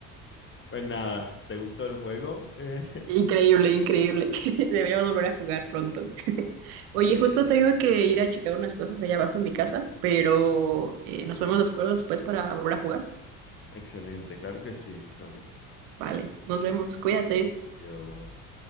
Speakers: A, on the left (about 25°); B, on the right (about 70°).
A: Pues nada, ¿te gustó el juego? Eh,
B: Increíble, increíble. <laughs> Deberíamos volver a jugar pronto. <laughs>
A: <laughs> sí.
B: Oye, justo tengo que ir a checar unas cosas allá abajo en mi casa, pero eh, nos vemos de acuerdo después para volver a jugar.
A: Excelente, claro que sí, Gabriel.
B: Vale, nos vemos, cuídate.
A: Dios.